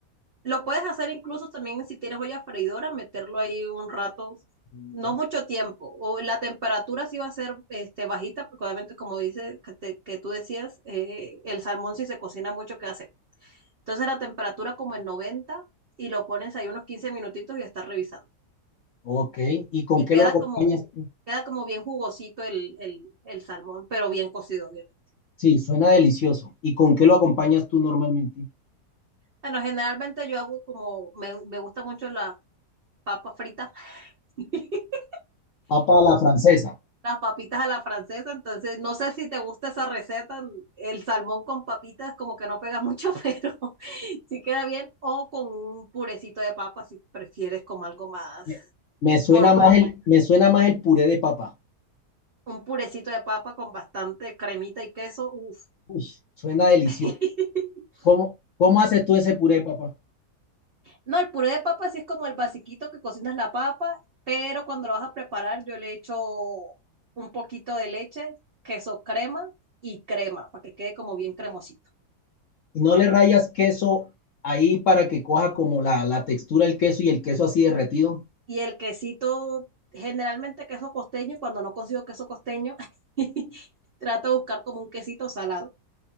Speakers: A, on the right; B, on the left.
A: Lo puedes hacer incluso también si tienes olla freidora, meterlo ahí un rato,
B: Mm.
A: no mucho tiempo. O la temperatura sí va a ser este, bajita, porque obviamente, como dices, que, te- que tú decías, eh, el salmón si se cocina mucho queda seco. Entonces la temperatura como en 90 y lo pones ahí unos 15 minutitos y estás revisando.
B: Ok, ¿y con
A: Y
B: qué
A: queda
B: lo acompañas
A: como,
B: tú?
A: queda como bien jugosito el, el, el salmón, pero bien cocido, obviamente.
B: Sí, suena delicioso. ¿Y con qué lo acompañas tú normalmente?
A: Bueno, generalmente yo hago como, me, me gusta mucho la papa frita. <laughs>
B: Papa a la francesa.
A: las papitas a la francesa, entonces no sé si te gusta esa receta, el salmón con papitas como que no pega mucho, <laughs> pero sí queda bien, o con un purecito de papa si prefieres como algo más
B: Me, me suena
A: formal.
B: más el, me suena más el puré de papa.
A: Un purecito de papa con bastante cremita y queso, uff.
B: Uy, suena delicioso.
A: <laughs>
B: ¿Cómo, cómo haces tú ese puré, papá?
A: No, el puré de papa sí es como el basiquito que cocinas la papa, pero cuando lo vas a preparar yo le echo un poquito de leche, queso crema y crema, para que quede como bien cremosito.
B: ¿Y no le rayas queso ahí para que coja como la, la textura del queso y el queso así derretido?
A: Y el quesito, generalmente queso costeño, y cuando no consigo queso costeño, <laughs> trato de buscar como un quesito salado.